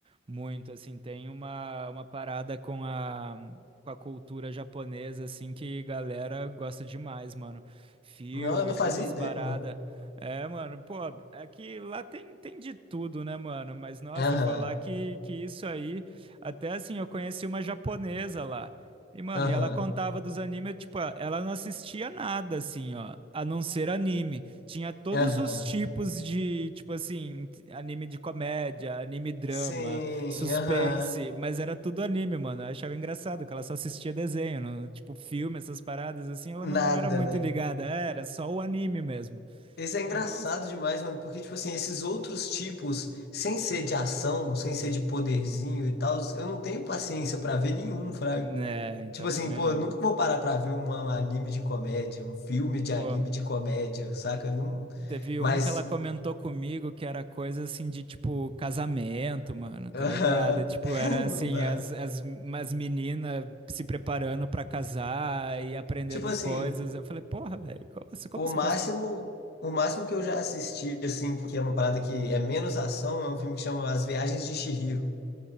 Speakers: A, on the right; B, on the left.
A: Muito, assim. Tem uma, uma parada com a, com a cultura japonesa, assim, que galera gosta demais, mano. Filme,
B: Não, eu não
A: todas
B: fazia ideia,
A: as paradas.
B: mano.
A: É, mano, pô, é que lá tem, tem de tudo, né, mano? Mas nossa,
B: Aham,
A: falar que, que isso aí. Até assim, eu conheci uma japonesa lá. E, mano,
B: aham,
A: e ela contava dos animes, tipo, ela não assistia nada, assim, ó, a não ser anime. Tinha todos
B: aham.
A: os tipos de, tipo assim, anime de comédia, anime drama,
B: Sim,
A: suspense,
B: aham.
A: mas era tudo anime, mano. Eu achava engraçado que ela só assistia desenho, não- tipo, filme, essas paradas, assim, ela
B: Nada,
A: não era muito
B: né?
A: ligada, É, era só o anime mesmo.
B: Esse é engraçado
A: Ela, nossa.
B: demais, mano, porque, tipo assim, esses outros tipos, sem ser de ação, sem ser de poderzinho e tal, eu não tenho paciência pra ver nenhum, fraga.
A: É, então
B: Tipo assim,
A: também
B: pô,
A: não.
B: eu nunca vou parar pra ver um um anime de comédia, um filme de
A: Pô,
B: anime de comédia, saca? Não...
A: teve
B: Mas,
A: um que ela comentou comigo que era coisa assim de tipo casamento, mano, tá
B: aham,
A: ligado? Tipo,
B: <laughs>
A: era assim,
B: não dá.
A: as, as, as meninas se preparando pra casar e aprendendo
B: Tipo assim,
A: coisas. Eu falei, porra, velho, como, você- como
B: o
A: você
B: máximo,
A: consegue?
B: o máximo que eu já assisti, assim, que é uma parada que é menos ação, é um filme que chama As Viagens de Chihiro.